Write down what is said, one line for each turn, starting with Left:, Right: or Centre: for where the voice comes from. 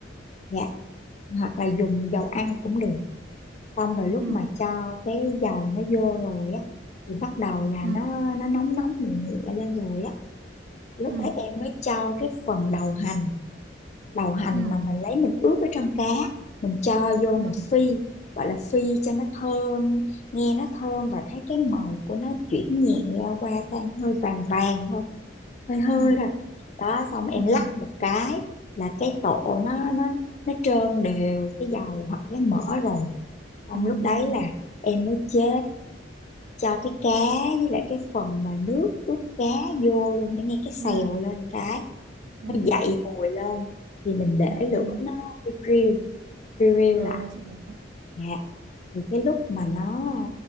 Left: dạ hoặc là dùng dầu ăn cũng được xong rồi lúc
Right: ừ
Left: mà cho cái dầu nó vô rồi á thì bắt đầu là
Right: ừ
Left: nó nó nóng nóng nhẹ nhẹ lên rồi á lúc
Right: ừ
Left: đấy em mới cho cái phần đầu hành đầu hành
Right: ừ
Left: mà mình lấy mình ướp ở trong cá mình cho vô mình
Right: ừ
Left: phi gọi là phi cho nó thơm nghe nó thơm và thấy cái màu của nó chuyển nhẹ qua sang hơi vàng vàng thôi hơi hơi
Right: ừ
Left: rồi đó xong em
Right: ừ ừ
Left: lắc một cái là cái tổ nó nó nó trơn đều cái dầu hoặc cái mỡ rồi xong
Right: ừ
Left: lúc đấy là em mới chế cho cái cá với lại cái phần mà nước ướp cá vô luôn để nghe cái xèo
Right: ừ
Left: lên cái
Right: ừ
Left: nó dậy mùi lên thì mình để
Right: ừ
Left: lửa
Right: ừ
Left: nó riu riu riu
Right: rồi
Left: lại
Right: chị hiểu
Left: dạ thì cái lúc mà nó ờ,